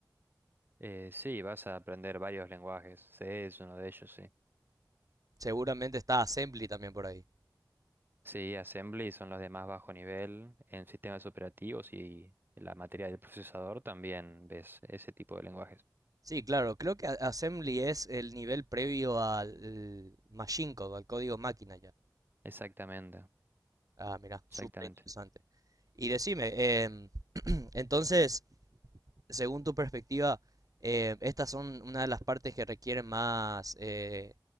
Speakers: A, on the right (about 30°); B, on the right (about 50°).
A: Eh, sí, vas a aprender varios lenguajes. C es uno de ellos, sí.
B: Seguramente está Assembly también por ahí.
A: Sí, Assembly son los de más bajo nivel en sistemas operativos y en la materia del procesador también ves ese tipo de lenguajes.
B: Sí, claro, creo que a- Assembly es el nivel previo al Machine Code, al código máquina ya.
A: Exactamente,
B: Ah, mira, súper
A: exactamente.
B: interesante. Y decime, em, entonces, según tu perspectiva, eh, estas son una de las partes que requieren más eh,